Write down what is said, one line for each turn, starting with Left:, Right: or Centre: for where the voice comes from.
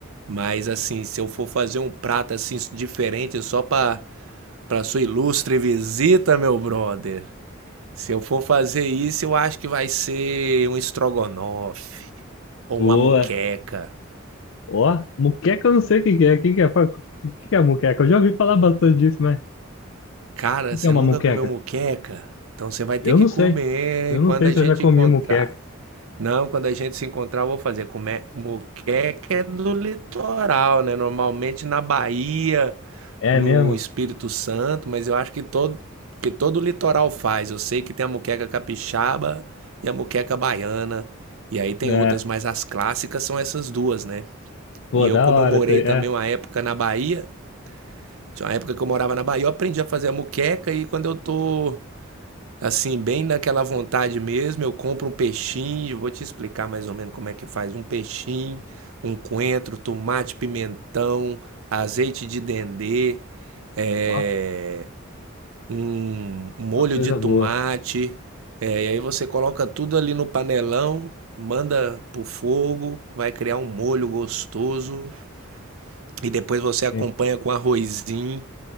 Right: Mas assim, se eu for fazer um prato assim diferente só para para sua ilustre visita, meu brother. Se eu for fazer isso, eu acho que vai ser um estrogonofe ou
Left: boa.
Right: uma moqueca.
Left: Ó, muqueca eu não sei o que que é, o que que é, Fala, o que que é muqueca? Eu já ouvi falar bastante disso, mas
Right: Cara,
Left: o que
Right: você
Left: que é uma
Right: nunca
Left: muqueca?
Right: comeu moqueca? Então você vai ter
Left: Eu
Right: que
Left: não
Right: comer
Left: sei, eu não
Right: quando
Left: sei
Right: a
Left: se
Right: gente
Left: eu já comi
Right: encontrar.
Left: muqueca.
Right: Não, quando a gente se encontrar, eu vou fazer. Come... Moqueca é do litoral, né? Normalmente na Bahia,
Left: É
Right: no
Left: mesmo?
Right: Espírito Santo, mas eu acho que todo, que todo o litoral faz. Eu sei que tem a moqueca capixaba e a moqueca baiana, e aí tem
Left: É.
Right: outras, mas as clássicas são essas duas, né?
Left: Pô,
Right: E eu,
Left: da
Right: como
Left: hora
Right: eu morei
Left: isso aí. É,
Right: também uma época na Bahia, tinha uma época que eu morava na Bahia, eu aprendi a fazer a moqueca e quando eu tô assim, bem naquela vontade mesmo, eu compro um peixinho, eu vou te explicar mais ou menos como é que faz, um peixinho, um coentro, tomate, pimentão, azeite de dendê, é,
Left: ó,
Right: um um molho
Left: ó coisa
Right: de tomate,
Left: boa.
Right: é, e aí você coloca tudo ali no panelão, manda pro fogo, vai criar um molho gostoso e depois você acompanha
Left: Sim.
Right: com arrozinho.